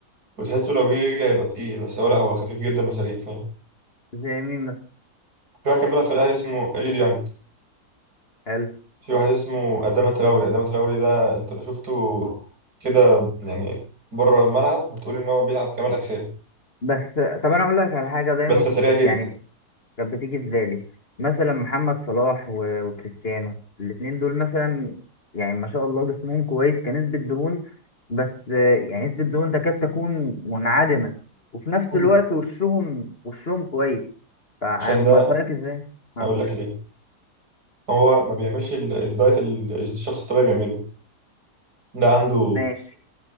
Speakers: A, on the right; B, on the left.
A: وتحسه لو جه يجري هيبقى تقيل بس هو لا هو خفيف جدا وسريع فاهم
B: زي مين مثلا
A: في واحد كان بيلعب في الاهلي اسمه اليو ديانج
B: حلو
A: في واحد اسمه ادام تراوري ادام تراوري ده انت لو شفته كده يعني بره الملعب هتقول ان هو بيلعب كمال اجسام
B: بس طب انا اقول لك على حاجه دايما
A: بس سريع
B: كنت
A: جدا
B: يعني كانت بتيجي في بالي مثلا محمد صلاح و- وكريستيانو الاتنين دول مثلا يعني ما شاء الله جسمهم كويس كنسبة دهون بس آه، يعني نسبة دهون تكاد تكون منعدمة وفي نفس
A: مم.
B: الوقت وشهم وشهم كويس فهم
A: عشان ده
B: فرقك ازاي؟ ها
A: هقول لك ليه هو ما بيعملش ال- الدايت اللي الشخص الطبيعي بيعمله ده عنده
B: ماشي